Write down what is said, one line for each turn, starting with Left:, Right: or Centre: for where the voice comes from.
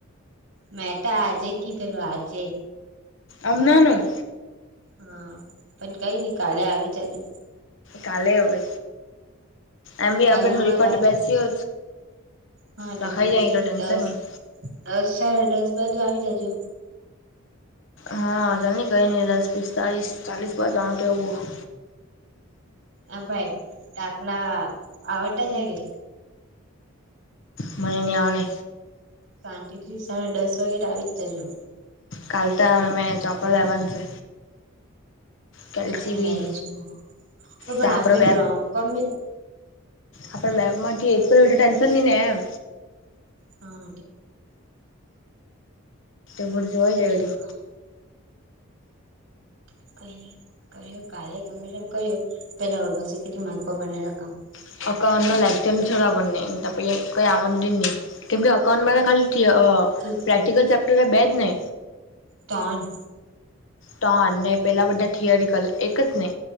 Right: મેટા આજે કઘલું આજે.
Left: અમના ની
Right: હા પણ કઈ નઈ કાલે આવી જજુ.
Left: કાલે હવે એમ બી
Right: કાલે
Left: આપણે
Right: હવારે
Left: થોડીક વા
Right: આવી
Left: બેસીએ
Right: હા
Left: લખાઈ
Right: તો તું
Left: જાય
Right: છે
Left: એ તો ટેન્શન
Right: તે દસ
Left: નહીં.
Right: દસ સડા દસ બાજુ આવી જાજો.
Left: હાઆ ચાલની કઈ ન દસ પિસ્તાલીસ ચાલીસ બાઉ બહ
Right: હ ભાઈ ડાખલા આવડતા છે કે?
Left: મને ની આવળે.
Right: શાંતિ થી સાડા દસ વાગે આવી જ જહે.
Left: કાલતા મેં ચોપા લેવન છે. કેલ્સી
Right: ચપડા
Left: બી
Right: લઈ ને જ હુ પણ
Left: તો આપડે
Right: આપ રોક <unintelligible>
Left: આપણે બેગ માંથી એક ટેન્શન ન એમ
Right: હા
Left: એર જોવાય જાય
Right: કઈ
Left: વડી
Right: <unintelligible>
Left: <unintelligible> કેમ કે અકાઉન્ટમાં ખાલી થ અ
Right: ઠી
Left: પ્રેક્ટિકલ ચેપ્ટર બેદ ને
Right: તન.
Left: ટનને પેલા થીયરીકલ એક જ ને